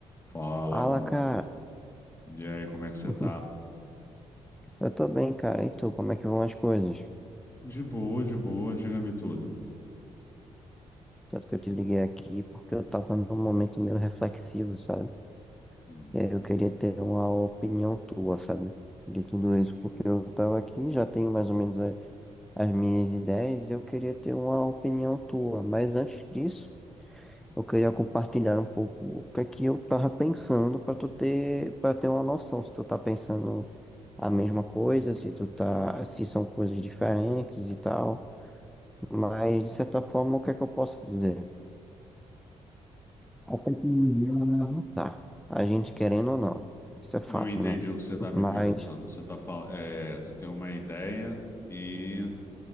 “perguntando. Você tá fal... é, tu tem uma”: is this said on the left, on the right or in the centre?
Left